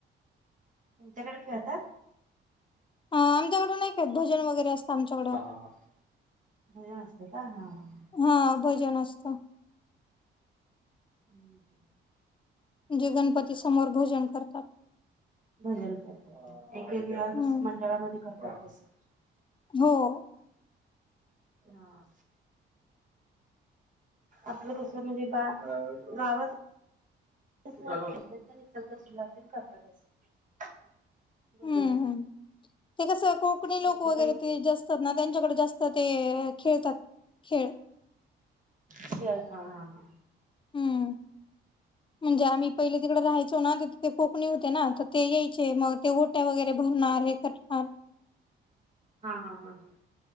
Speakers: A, on the right; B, on the left.
A: तुमच्याकडे खेळतात?
B: हा, आमच्याकडे नाही. खेळत भजन वगैरे असतं. आमच्याकडं
A: हा.. हा.. हा.. भजन असतंय का. हा
B: हा... भजन असतं.
A: <unintelligible>
B: म्हणजे, गणपती समोर भजन करतात.
A: भजन करतात. एकेक.. ह्या
B: हम्म
A: मंडळामध्ये करतात. तसं
B: हो....
A: हा.... आपलं कस म्हणजे? बा गावात <unintelligible> करतातच भजन...
B: हम्म हम्म ते कसं, कोकणी
A: दुसरं
B: लोक वगैरे
A: काही
B: ते जास्त असतात. ना त्यांच्याकडे जास्त ते खेळतात. खेळ
A: खेळ.. हा... हा... हा...
B: हम्म म्हणजे आम्ही पहिले तिकडे राहायचो ना तिथे ते कोकणी होते ना तर ते यायचे मग ते ओट्या वगैरे भरणार हे करणार.
A: हा हा हा हा